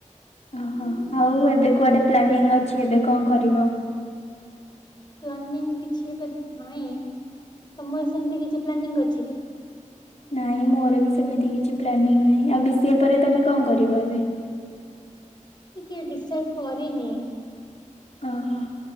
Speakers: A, on the left; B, on the left.
A: ଓହୋ ଆଉ ଏବେ କୁଆଡେ ପ୍ଲାନିଂ ଅଛି ଏବେ କଣ କରିବ?
B: ପ୍ଲାନିଂ କିଛି ଏବେ ତ ନାଇ। ତମର ସେମିତି କିଛି ପ୍ଲାନିଂ ଅଛି କି?
A: ନାଇଁ ମୋର ବି ସେମିତି କିଛି ପ୍ଲାନିଂ ନାହିଁ। ଆଉ ବି ସି ଏ ପରେ ତମେ କଣ କରିବ ଏବେ?
B: ଟିକେ ଡିସାଇଡ କରିନି।
A: ଓହୋ।